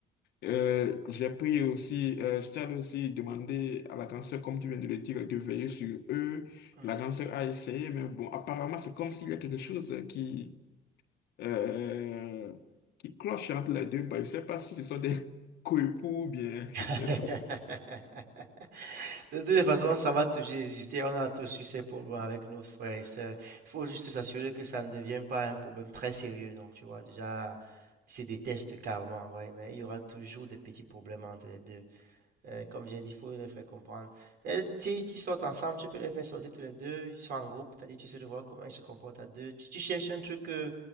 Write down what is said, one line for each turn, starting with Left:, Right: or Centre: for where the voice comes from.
Left: Euh, j'ai pris aussi, euh, je t'avais aussi demandé à la grande sœur, comme tu viens de le dire, de veiller sur eux.
Right: mhm.
Left: La grande sœur a essayé, mais bon, apparemment, c'est comme s'il y a quelque chose qui, euh, qui cloche entre les deux. Bah, je sais pas si ce sont des <laughs> coépoux ou bien, je
Right: <laughs>
Left: sais pas.
Right: De toutes les façons, ça va toujours exister. On a tous eu ces problèmes avec nos frères et sœurs. Il faut juste s'assurer que ça ne devient pas un problème très sérieux. Donc, tu vois, déjà, ils se détestent carrément, ouais, mais il y aura toujours des petits problèmes entre les deux. Euh, comme j'ai dit, il faut les faire comprendre. Et si ils sortent ensemble, tu peux les faire sortir tous les deux. Ils sont en groupe, t'as dit, tu sais de voir comment ils se comportent à deux. Tu, tu cherches un truc euh,